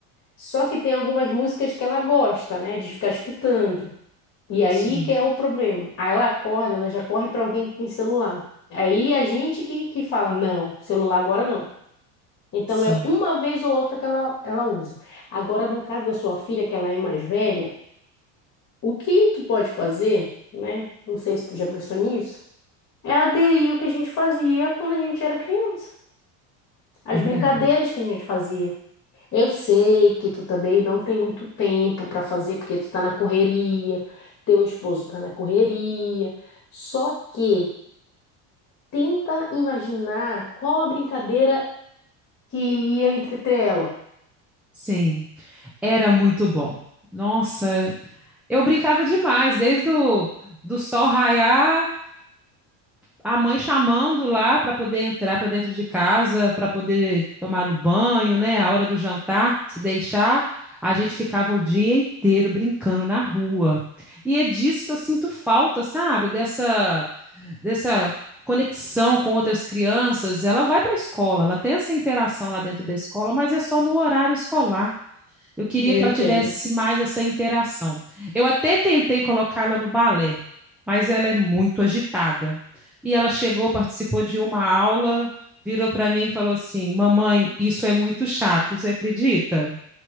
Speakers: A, on the left (about 40°); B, in the centre.
A: Só que tem algumas músicas que ela gosta, né, de ficar escutando. E aí
B: sim,
A: que é o problema. Aí ela acorda, ela já corre para alguém que tem celular. Aí a gente que, que fala, não, celular agora não. Então
B: sim.
A: é uma vez ou outra que ela, ela usa. Agora, no caso da sua filha, que ela é mais velha, o que tu pode fazer, né? Não sei se tu já pensou nisso, é aderir ao que a gente fazia quando a gente era criança. As
B: É
A: brincadeiras
B: verdade.
A: que a gente fazia. Eu sei que tu também não tem muito tempo para fazer, porque tu tá na correria, teu esposo tá na correria. Só que tenta imaginar qual a brincadeira que ia entreter ela.
B: Sim, era muito bom. Nossa, eu brincava demais, desde o do sol raiar a mãe chamando lá para poder entrar para dentro de casa, para poder tomar o banho, né? A hora do jantar, se deixar, a gente ficava o dia inteiro brincando na rua. E é disso que eu sinto falta, sabe? Dessa dessa conexão com outras crianças. Ela vai para a escola, ela tem essa interação lá dentro da escola, mas é só no horário escolar. Eu queria
A: Eu
B: que
A: entendo.
B: ela tivesse mais essa interação. Eu até tentei colocá-la no balé, mas ela é muito agitada. E ela chegou, participou de uma aula, virou para mim e falou assim: Mamãe, isso é muito chato, você acredita?